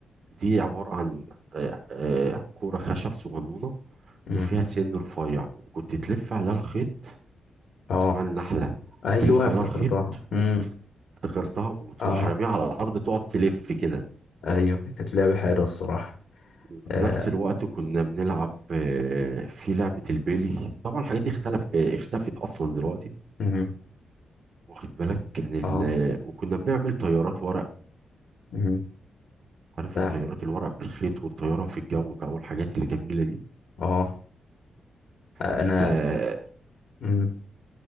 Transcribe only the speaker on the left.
امم
اه
ايوه
افتكرتها
امم
اه
ايوه كانت لعبه حلوه الصراحه
آه.
امم
اه
امم
لا
اه انا
امم